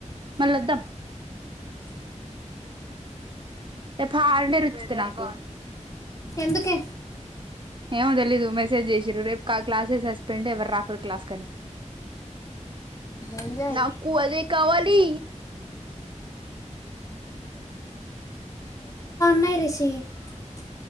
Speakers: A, on the right (about 40°); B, on the left (about 25°).
A: మళ్ళీ వద్దాం రేపు హాలిడే రుచితా నాకు
B: ఎందుకే
A: ఏమో తెలీదు మెసేజ్ చేసిారు రేపు క్లాసె సస్పెండ్ ఎవరు రాకురు క్లాస్ కని
B: ఎంజాయ్
A: నాకు అదే కావాలి
B: <unintelligible>